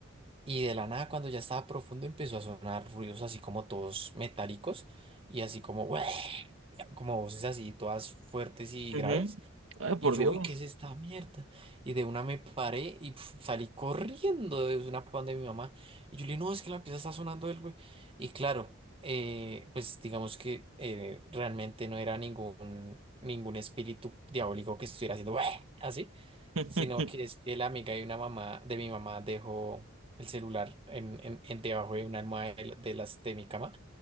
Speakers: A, on the right; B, on the right.
A: Y de la nada, cuando ya estaba profundo, empezó a sonar ruidos así como todos metálicos y así como, <laughs> como voces así todas fuertes y
B: ujú.
A: graves.
B: Ay, por
A: Y yo,
B: Dios.
A: uy, ¿qué es esta mierda? Y de una me paré y pf, salí corriendo de una pan de mi mamá. Y yo le dije, no, es que la pieza está sonando el güey. Y claro, eh, pues digamos que eh, realmente no era ningún, ningún espíritu diabólico que estuviera haciendo "Uah", así,
B: <laughs>
A: sino que es que la amiga de una mamá, de mi mamá, dejó el celular en, en- en- debajo de una almohada de, la- de las de mi cama.